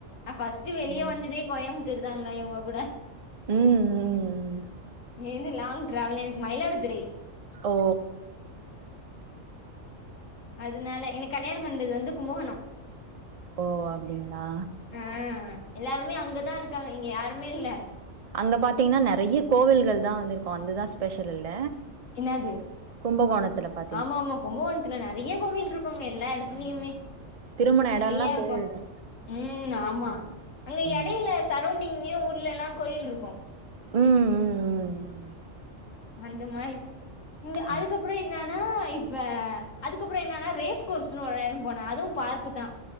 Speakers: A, on the left (about 80°); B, on the right (about 45°).
A: நா ஃபர்ஸ்ட்டு வெளிய
B: ஓ
A: வந்ததே கோயம்பத்தூர் தாங்க இவங்க கூட
B: ம் ம்
A: இங்க இருந்து லாங் டிராவல் எனக்கு மயிலாடுதுறை
B: ஓ
A: அதனால எனக்கு கல்யாண பண்றது வந்து கும்பகோணோ
B: ஓ அப்டிங்களா
A: ஆ எல்லாருமே அங்கதா இருக்காங்க இங்க யாருமே இல்ல
B: அங்க பாத்தீங்கன்னா நெறைய கோவில்கள் தா வந்துருக்கு அதுதா ஸ்பெஷல் இல்ல
A: என்னது
B: கும்பகோணத்துல பா
A: ஆமா ஆமா கும்பகோணத்துல நறைய கோவில் இருக்குங்க எல்லா எடத்துலயுமே
B: ஆ திரும்புன
A: நறைய
B: எடோல்லா
A: இருக்கோ
B: கோவில் தா
A: ம் ஆமா
B: ம்
A: அங்க
B: ம்
A: எடையில சரோடிங்க்லயு ஊர்ல எல்லா கோயில்ருக்கோ
B: ம் ம் ம்
A: அந்த மாரி இந்த அதுகப்புறோ
B: ஆ
A: என்னா னா இப்ப அதுக்கப்புறோ என்னனா ரேஸ் கோர்ஸ்ன்னு ஒரு எடோ போனே அதுவு பார்க்குதா